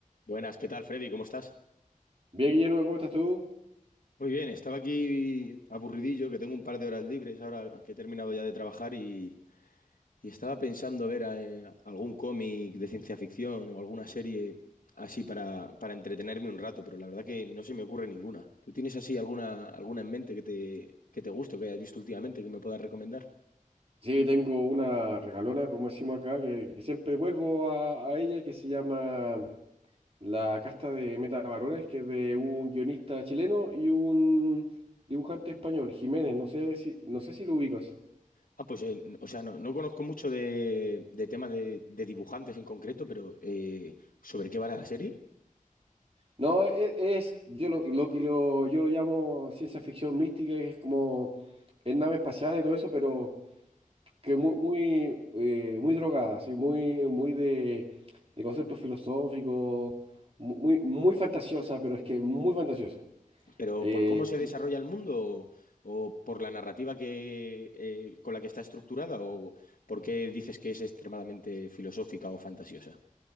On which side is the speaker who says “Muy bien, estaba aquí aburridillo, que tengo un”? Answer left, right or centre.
Left